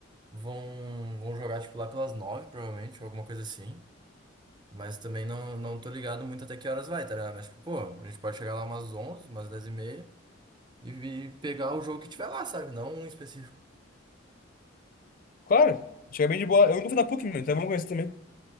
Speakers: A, on the right; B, on the left.
A: vão, vão jogar, tipo, lá pelas nove, provavelmente, ou alguma coisa assim. Mas também não, não tô ligado muito até que horas vai, tá ligado? Mas, tipo, pô, a gente pode chegar lá umas onze, umas dez e meia e, e pegar o jogo que tiver lá, sabe? Não um específico.
B: Claro, chega bem de boa. Eu nunca fui na PUC, meu, então é bom conhecer também.